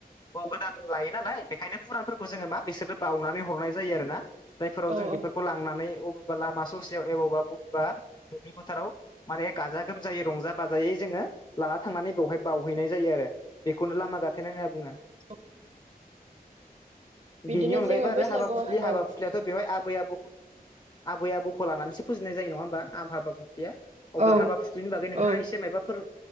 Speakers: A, on the left; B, on the right.
A: औ गोदान लायो नालाय बेखायनो फुरानफोरखौ जोङो मा बिसोरो बावनानै हरनाय जायो आरोना जायफोराव
B: औ
A: जों बेफोरखौ
B: औ
A: लांनानै अबेबा लामा ससेयाव एबावबा बबेबा दुब्लि फोथाराव माने गाजा गोमजायै रंजा बाजायै जोङो लाना थांनानै बेवहाय बावहैनाय जायो आरो बेखौनो लामा गाथेनाय होनना बुङो
B: <inaudible> बिदिनो
A: बेनि अनगायैबो
B: जोङो
A: आरो
B: बैसागु
A: हाबा फुस्लि
B: औ
A: हाबा
B: औ
A: फुथ्लियाथ' बेवहाय आबै आबौखौ आबै आबौखौ लानानैसो फुजिनाय जायो नङा होमबा आं हाबा फुथ्लिया अब्ला
B: औ
A: हाबा फुथ्रिनि बागै नोंथाङा
B: औ
A: एसे माबाफोर